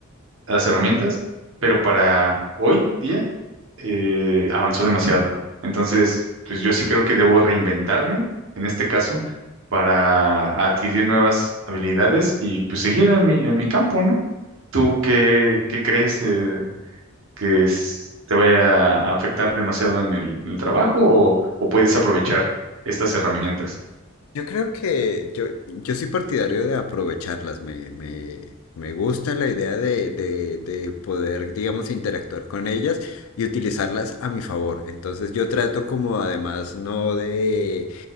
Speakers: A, on the right; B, on the left.
A: las herramientas, pero para hoy día eh, avanzó demasiado. Entonces, pues yo sí creo que debo reinventarme en este caso para adquirir nuevas habilidades y pues seguir en mi, en mi campo, ¿no? ¿Tú qué, qué crees? eh, que es- te vaya a afectar demasiado en el, en el trabajo o, o puedes aprovechar estas herramientas.
B: Yo creo que yo, yo soy partidario de aprovecharlas. Me, me, me gusta la idea de, de, de poder, digamos, interactuar con ellas y utilizarlas a mi favor. Entonces yo trato como además no de,